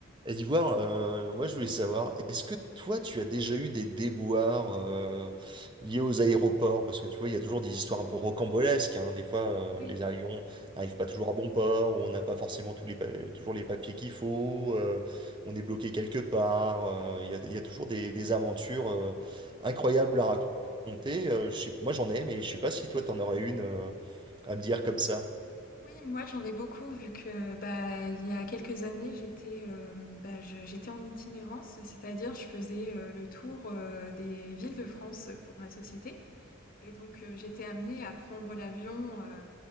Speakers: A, on the right; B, on the left.
A: Et d'Ivoire, euh, moi je voulais savoir, est-ce que toi tu as déjà eu des déboires euh, liés aux aéroports? Parce que tu vois, il y a toujours des histoires un peu rocambolesques. hein. Des fois, euh,
B: Oui,
A: les avions n'arrivent pas toujours à bon port, ou on n'a pas forcément tous les pa- toujours les papiers qu'il faut, euh, on est bloqué quelque part. euh, Il y a, il y a toujours des, des aventures euh, incroyables à raconter. Euh, je sais- moi j'en ai, mais je sais pas si toi t'en aurais une euh, à me dire comme ça.
B: oui, moi j'en ai beaucoup vu que bah, il y a quelques années j'étais euh, bah, je- j'étais en itinérance, c'est-à-dire je faisais euh, le tour euh, des villes de France pour ma société et donc euh, j'étais amenée à prendre l'avion euh,